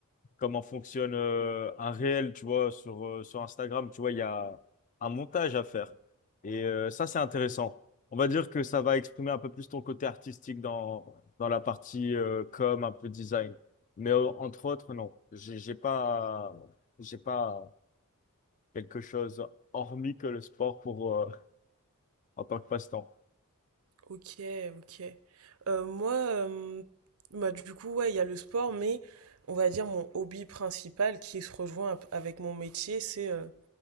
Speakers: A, on the left; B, on the right.
A: comment fonctionne euh, un réel, tu vois, sur, euh, sur Instagram. Tu vois, il y a un montage à faire. Et euh, ça, c'est intéressant. On va dire que ça va exprimer un peu plus ton côté artistique dans, dans la partie euh, com, un peu design. Mais euh, entre autres, non. J'ai j'ai pas, j'ai pas quelque chose hormis que le sport pour, euh, en tant que passe-temps.
B: Ok, ok. Euh, moi, euh, bah, du coup, ouais, il y a le sport, mais on va dire mon hobby principal qui se rejoint ap- avec mon métier, c'est euh,